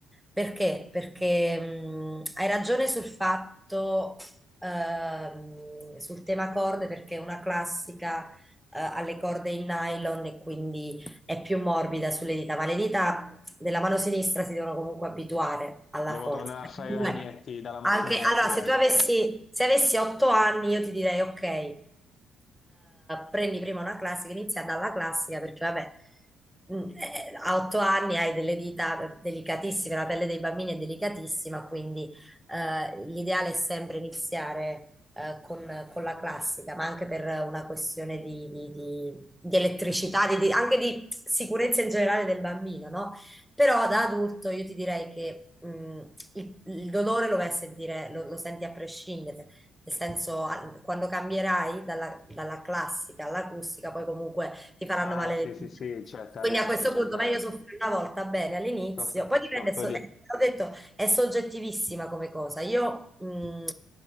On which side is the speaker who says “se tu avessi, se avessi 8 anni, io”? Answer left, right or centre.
Centre